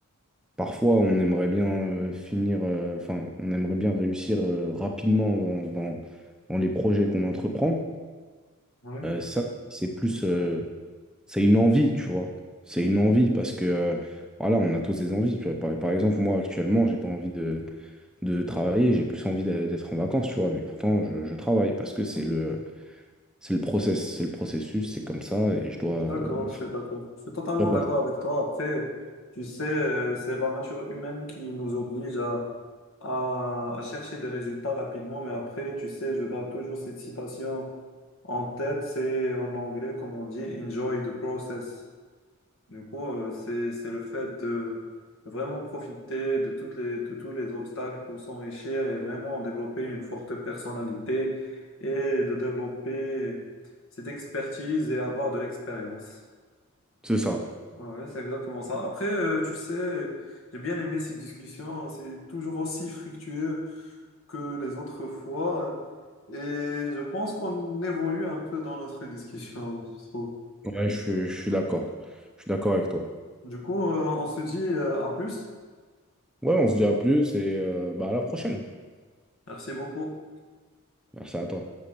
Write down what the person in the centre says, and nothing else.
parfois, on aimerait bien euh, finir, euh, enfin, on aimerait bien réussir euh, rapidement dans, dans, dans les projets qu'on entreprend.
Euh, ça, c'est plus, euh, c'est une envie, tu vois. C'est une envie parce que, euh, voilà, on a tous des envies, tu vois. Par, par exemple, moi, actuellement, j'ai pas envie de, de travailler, j'ai plus envie d'a- d'être en vacances, tu vois. Mais pourtant, je, je travaille parce que c'est le, c'est le process, c'est le processus, c'est comme ça et je dois, euh,
je
dois
passer.
C'est ça.
Ouais, je, suis- je suis d'accord. Je suis d'accord avec toi.
Ouais, on se dit à plus et euh, bah, à la prochaine.
Merci à toi.